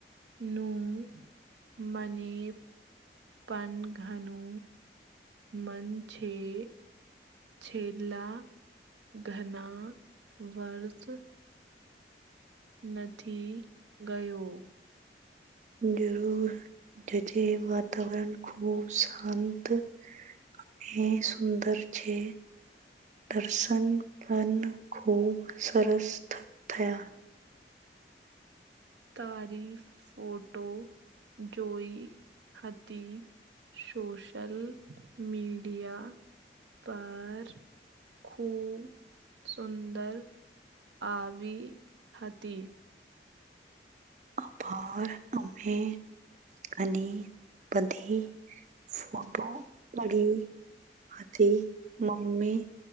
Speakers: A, on the right (about 85°); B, on the right (about 40°).
A: નું મને. પન ઘનુ મન છેે. છેલ્લા ઘણા વર્ષ નથી ગયો.
B: જરૂર જજે વાતાવરણ ખૂબ શાંત. અને સુંદર છે. દર્શન પણ ખૂબ સરસ થ થયા.
A: તારી ફોટો જોઈ હતી, સોશલ મીડિયા પર. ખુબ સુંદર આવી. હતી.
B: આભાર અમે. અને બધી ફોટો પડી હતી મમ્મી